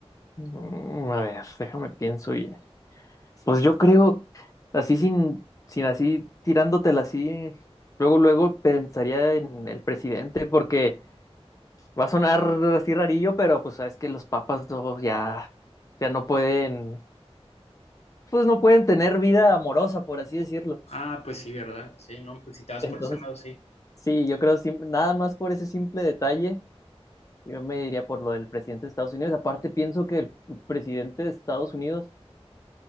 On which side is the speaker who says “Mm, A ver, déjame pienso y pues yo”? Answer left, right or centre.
Left